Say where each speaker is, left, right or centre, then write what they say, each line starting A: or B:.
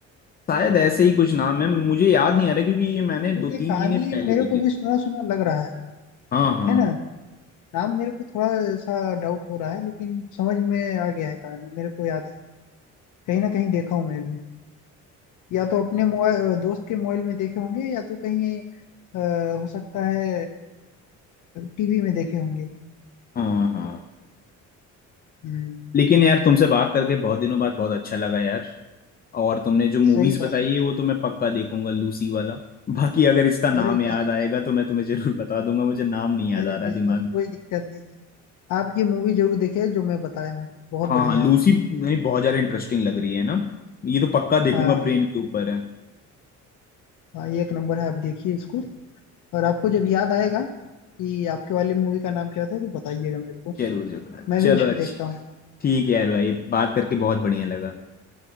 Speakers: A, on the left; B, on the left.
A: शायद ऐसे ही कुछ नाम है मुझे याद नहीं आ रहा क्योंकि ये मैंने
B: तो
A: दो
B: ये कहानी
A: तीन महीने पहले
B: मेरे
A: देखी
B: को
A: थी
B: भी सुना सुना लग रहा है
A: हाँ हाँ
B: है ना नाम मेरे को थोड़ा सा डाउट हो रहा है लेकिन समझ में आ गया है कहानी मेरे को याद है कहीं ना कहीं देखा हूँ मैं भी या तो अपने मोबाइल दोस्त के मोबाइल में देखे होंगे या तो कहीं अ, हो सकता है टीवी में देखे होंगे
A: हाँ हाँ
B: हम्म
A: लेकिन यार तुमसे बात करके बहुत दिनों बाद बहुत अच्छा लगा यार और तुमने जो मूवीज
B: सही बात
A: बताई है वो तो मैं पक्का देखूंगा लूसी वाला बाकी अगर इसका नाम
B: अरे
A: याद आएगा तो मैं तुम्हें जरूर बता दूंगा मुझे नाम नहीं याद
B: अरे
A: आ रहा
B: बेशक
A: दिमाग में
B: कोई दिक्कत नहीं है आप ये मूवी जरूर देखिए जो मैं बताया हूँ बहुत
A: हाँ
B: बढ़िया
A: हाँ लूसी
B: है
A: नहीं बहुत ज्यादा इंटरेस्टिंग लग रही है ना ये तो पक्का देखूंगा
B: हाँ
A: ब्रेन के ऊपर है
B: हाँ ये एक नंबर है आप देखिए इसको और आपको जब याद आएगा कि आपके वाली मूवी का नाम क्या था तो बताइएगा मेरे को
A: जरूर जरूर
B: मैं
A: चलो
B: भी उसको
A: अच्छा
B: देखता हूँ
A: ठीक है यार भाई बात करके बहुत बढ़िया लगा